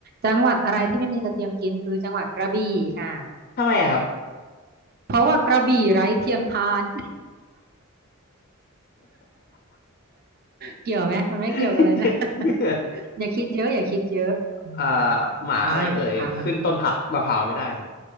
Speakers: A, on the right; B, on the left.
A: จังหวัดอะไรที่ไม่มีกระเทียมกินคือจังหวัดกระบี่ค่ะ
B: <laughs> ทำไมอะครับ
A: เพราะว่ากระบี่ไร้เทียมทาน <laughs> เกี่ยวไหมมันไม่เกี่ยวกันเลยนะ
B: <laughs> เยอะ
A: <laughs>
B: <laughs> เยอะ
A: อย่าคิดเยอะอย่าคิดเยอะอืม
B: อ่าหมาอะไรเอ่ยขึ้นต้นผักมะพร้าวไม่ได้ครับ
A: มาถามมา